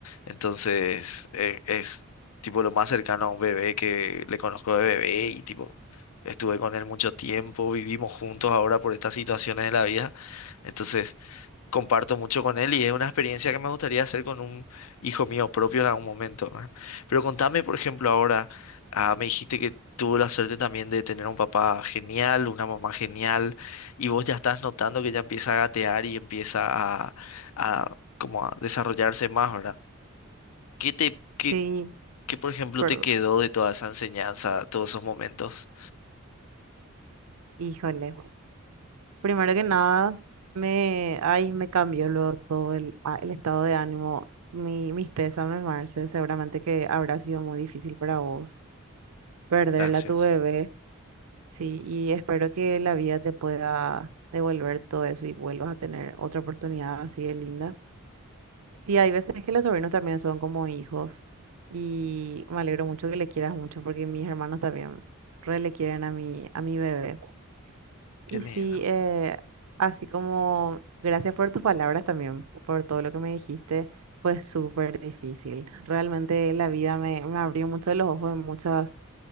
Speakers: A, on the left; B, on the right.
A: entonces eh, es tipo lo más cercano a un bebé que le conozco de bebé y tipo... Estuve con él mucho tiempo, vivimos juntos ahora por estas situaciones de la vida. Entonces, comparto mucho con él y es una experiencia que me gustaría hacer con un hijo mío propio en algún momento, ¿verdad? Pero contame, por ejemplo, ahora, ah, me dijiste que tuvo la suerte también de tener un papá genial, una mamá genial, y vos ya estás notando que ya empieza a gatear y empieza a, a como a desarrollarse más, ¿verdad? ¿Qué te, qué,
B: sí,
A: qué, por ejemplo,
B: perdón.
A: te quedó de toda esa enseñanza, todos esos momentos?
B: Híjole. Primero que nada, me, ay, me cambió luego todo el, a- el estado de ánimo. Mi, mis pésames, Marce. Seguramente que habrá sido muy difícil para vos perderla
A: Gracias.
B: a tu bebé. Sí, y espero que la vida te pueda devolver todo eso y vuelvas a tener otra oportunidad así de linda. Sí, hay veces que los sobrinos también son como hijos y me alegro mucho que le quieras mucho porque mis hermanos también re le quieren a mi, a mi bebé. Y
A: Qué lindo.
B: sí, eh, así como gracias por tus palabras también, por todo lo que me dijiste, fue súper difícil. Realmente la vida me, me abrió mucho los ojos en muchas,